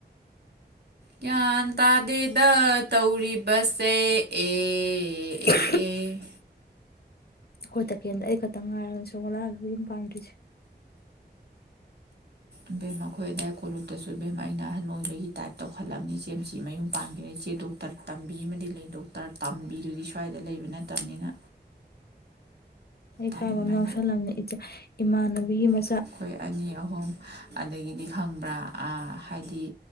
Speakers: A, on the right; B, on the left.
A: ꯒ꯭ꯌꯥꯟ ꯇꯥꯗꯦꯗ ꯇꯧꯔꯤꯕꯁꯦ ꯑꯦ ꯑꯦ
B: ꯎ
A: ꯑꯦ
B: ꯍꯣꯏ ꯇꯀꯦꯜꯗ ꯑꯩ ꯈꯛꯇꯪ ꯉꯥꯏꯔꯕꯅꯦ ꯁꯨꯔꯃ ꯂꯥꯡ ꯃꯌꯨꯝ ꯄꯥꯟꯗ꯭ꯔꯤꯁꯦ
A: ꯏꯕꯦꯝ ꯑꯩꯈꯣꯏ ꯑꯗꯥꯏ ꯀꯣꯂꯨꯞꯇꯁꯨ ꯏꯕꯦꯝꯃ ꯑꯩꯅ ꯑꯍꯟ ꯑꯣꯏꯕꯒꯤ ꯇꯥꯏꯞ ꯇꯧꯈꯠꯂꯕꯅꯤ ꯏꯆꯦꯝꯁꯤ ꯃꯌꯨꯝ ꯄꯥꯟꯈꯤꯕꯗꯩ ꯏꯆꯦ ꯗꯣꯛꯇꯔ ꯇꯝꯕꯤ ꯑꯃꯗꯤ ꯂꯩ ꯗꯣꯛꯇꯔ ꯇꯝꯕꯤꯗꯨꯗꯤ ꯁ꯭ꯋꯥꯏꯗ ꯂꯩꯕ ꯅꯠꯇꯕꯅꯤꯅ
B: ꯑꯩ ꯏꯀꯥꯏꯕ
A: ꯇꯟꯕꯅ
B: ꯑꯃ ꯌꯥꯎꯁꯜꯂꯕꯅꯤ ꯏꯃꯥꯅ <unintelligible>
A: ꯑꯩꯈꯣꯏ ꯑꯅꯤ ꯑꯍꯨꯝ ꯑꯗꯒꯤꯗꯤ ꯈꯪꯕ꯭ꯔꯥ ꯑꯥ ꯍꯥꯏꯗꯤ